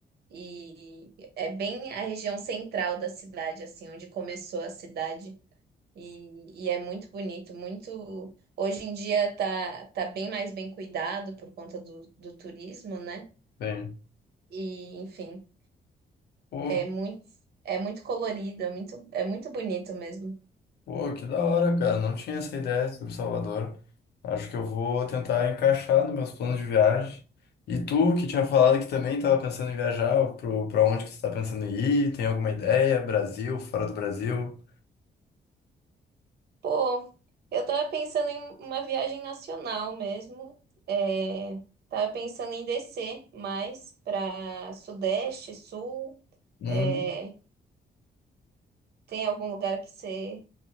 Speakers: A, on the right (about 70°); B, on the left (about 75°).
A: E é bem a região central da cidade, assim, onde começou a cidade. E, e é muito bonito, muito. Hoje em dia tá, tá bem mais bem cuidado por conta do, do turismo, né?
B: Bem.
A: E, enfim,
B: Pô,
A: é muito, é muito colorido, é muito, é muito bonito mesmo.
B: Pô, que da hora, cara. Não tinha essa ideia sobre Salvador. Acho que eu vou tentar encaixar nos meus planos de viagem. E tu, que tinha falado que também estava pensando em viajar, pro, pra onde que você está pensando em ir? Tem alguma ideia? Brasil, fora do Brasil?
A: Pô, eu tava pensando em uma viagem nacional mesmo. É, tava pensando em descer mais pra Sudeste, Sul.
B: Hum.
A: É, tem algum lugar que você